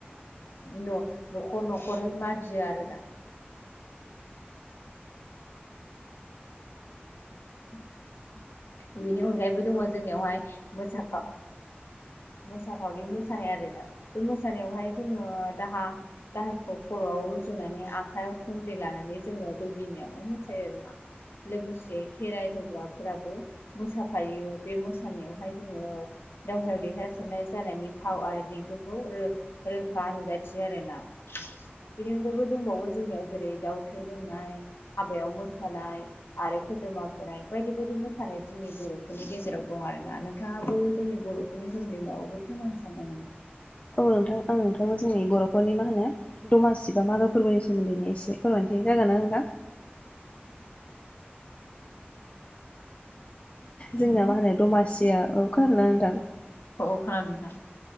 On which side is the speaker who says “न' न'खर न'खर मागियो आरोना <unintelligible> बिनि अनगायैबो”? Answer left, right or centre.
Left